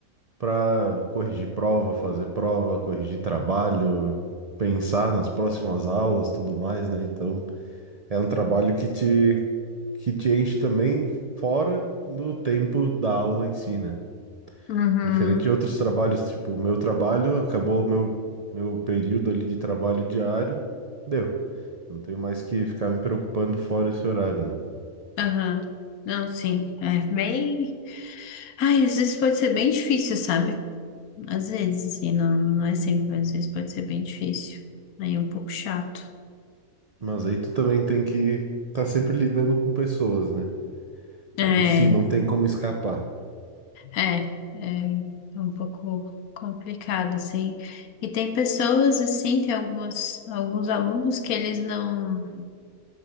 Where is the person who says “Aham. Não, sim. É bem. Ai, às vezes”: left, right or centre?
Left